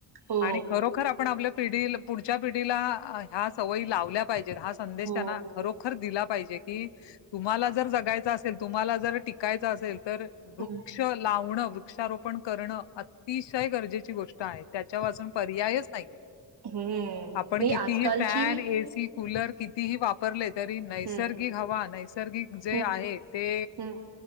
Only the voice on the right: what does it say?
हो
हो
हम्म
हम्म
नाही
आजकालची
हम्म
हं,
हं.